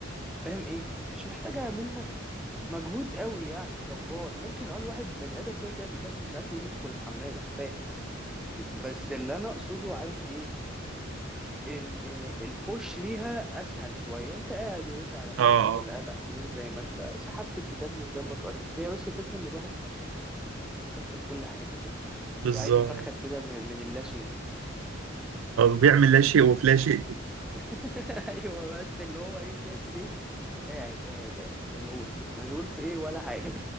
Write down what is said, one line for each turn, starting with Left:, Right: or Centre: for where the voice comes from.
Centre: فاهم ايه مش محتاجه منك مجهود قوي يعني جبار ممكن اقول واحد بني ادم كده كده بيكسل ساعات يقوم يدخل الحمام انا فاهم بس اللي انا اقصده عارف ايه ان البوش ليها اسهل شويه انت قاعد يا باشا على المكتب
Right: اه اه
Centre: ولا قاعد على السرير زي ما انت سحبت الكتاب من جنبك قريت هي بس الفكره ان الواحد ساعات بي- ايه بيستثقل كل حاجه كده فاهم
Right: بالظبط
Centre: بيبقى عايز يفخد كده من من اللاشيء
Right: بيعمل لا شيء وفي لا شيء كده
Centre: <laughs> ايوه بس اللي هو ايه بتعمل ايه قاعد قاعد قاعد مشغول مشغول في ايه ولا حاجه